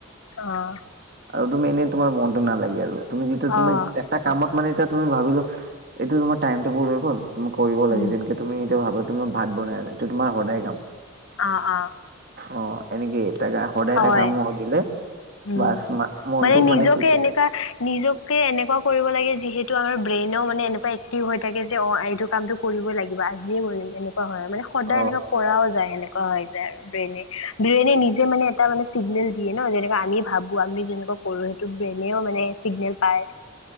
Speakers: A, on the left (about 75°); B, on the right (about 45°).
A: অহ।
B: আৰু তুমি এনেই তোমাৰ মনটো নালাগে আৰু তুমি যেতিয়া তুমি
A: অ',
B: এটা কামত মানে এতিয়া তুমি ভাবি লোৱা এইটো তোমাৰ টাইম টেবুল হৈ গ'ল তুমি কৰিব
A: উম।
B: লাগে যেনেকে তুমি এতিয়া ভাবা তোমাৰ ভাত বনাই আছে সেইটো তোমাৰ সদায় কাম।
A: অ অ।
B: অ এনেকে তাকে সদায়
A: হয়,
B: এটা কাম দিলে
A: উম।
B: বাছ মা মনটো মানে
A: নিজকে
B: ফিট হৈ
A: এনেকা
B: যায়।
A: নিজকে এনেকুৱা কৰিব লাগে যিহেতু আমাৰ ব্ৰেইনেও মানে এনেকুৱা এক্টিভ হৈ থাকে যে অ এইটো কামটো কৰিবই লাগিব আজিয়ে কৰিম এনে কুৱা হয় মানে সদায়
B: অ
A: এনেকুৱা কৰাও যায় এনেকুৱা হয় যায় আৰু ব্ৰেইনে, ব্ৰেইনে নিজে মানে এটা মানে চিগনেল দিয়ে ন যেনেকৈ আমি ভাবোঁ আমি যেনেকৈ কৰোঁ সেইটো ব্ৰেইনেও মানে চিগনেল পায়।